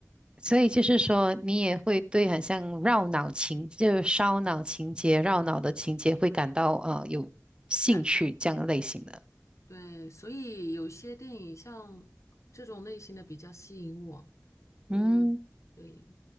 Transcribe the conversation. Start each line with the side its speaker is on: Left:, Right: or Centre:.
Right: 所以就是说，你也会对很像绕脑情，就是烧脑情节、绕脑的情节会感到呃有兴趣这样类型的。
Left: 超感兴趣。对，所以有些电影像这种类型的比较吸引我，嗯，
Right: 嗯，
Left: 对。